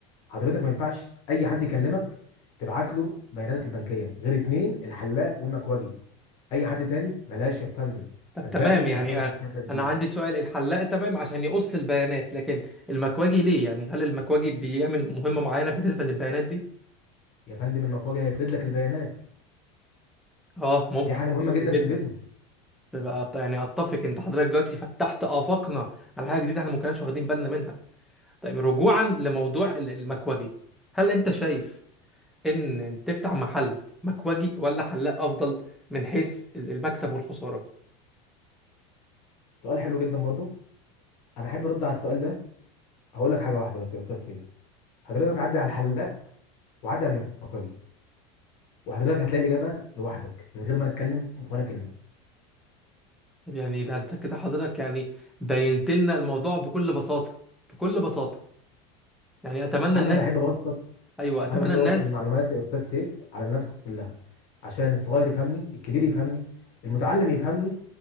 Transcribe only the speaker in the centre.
طب
تمام يعني
أ-
انا عندي سؤال الحلاق تمام عشان يقص البيانات لكن المكواجي ليه يعني هل المكواجي بيعمل مهمة معينة بالنسبة للبيانات دي
اه ممكن
جدا
بيبقى أط- يعني اتفق انت حضرتك دلوقتي فتحت آفاقنا على حاجة جديدة احنا ما كناش واخدين بالنا منها طيب رجوعا لموضوع ال- المكواجي هل انت شايف ان تفتح محل مكواجي ولا حلاق افضل من حيث ال- المكسب والخسارة
يعني ده انت كده حضرتك يعني بينت لنا الموضوع بكل بساطة بكل بساطة يعني اتمنى
الناس
ايوه اتمنى
الناس